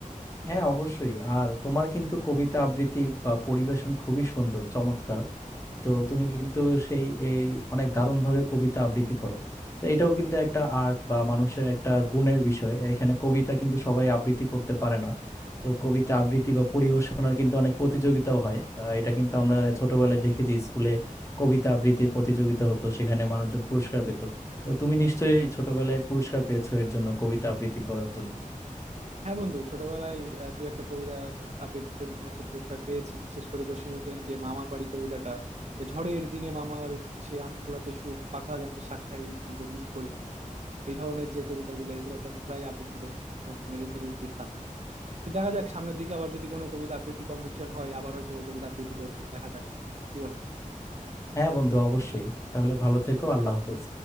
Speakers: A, on the left; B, on the right.
A: হ্যাঁ অবশ্যই আর তোমার কিন্তু কবিতা আবৃত্তি বা পরিবেশন খুবই সুন্দর চমৎকার তো তুমি কিন্তু সেই এই অনেক দারুণ ভাবে কবিতা আবৃত্তি করো তো এটাও কিন্তু একটা আর্ট বা মানুষের একটা গুণের বিষয় এখানে কবিতা কিন্তু সবাই আবৃত্তি করতে পারে না তো কবিতা আবৃত্তি বা পরিবেশনার কিন্তু অনেক প্রতিযোগিতাও হয় আহ, এটা কিন্তু আমরা ছোটবেলায় দেখেছি স্কুলে কবিতা আবৃত্তির প্রতিযোগিতা হতো সেখানে মানুষজন পুরস্কার পেত তো তুমি নিশ্চয়ই ছোটবেলায় পুরস্কার পেয়েছো এর জন্য কবিতা আবৃত্তি করার জন্য
B: হ্যাঁ বন্ধু ছোটবেলায় আহ, দু একটা কবিতার আবৃত্তির জন্য হচ্ছে পুরস্কার পেয়েছি বিশেষ করে জসীমউদ্দিনের যে মামার বাড়ি কবিতাটা যে ঝড়ের দিনে মামার সে আম কুড়াতে সুখ পাখা জামের শাখায় উঠি রঙিন করি মুখ এই ধরনের যে কবিতাগুলো এগুলো তো আমি প্রায় আবৃত্তি করতাম এবং মেডেল টেডেল জিততাম তো দেখা যাক সামনের দিকে আবার যদি কোনো কবিতা আবৃত্তি কম্পিটিশন হয় আবার হয়তো কবিতা আবৃত্তি করবো দেখা যাক কি বল
A: হ্যাঁ বন্ধু অবশ্যই তাহলে ভালো থেকো আল্লাহ হাফেজ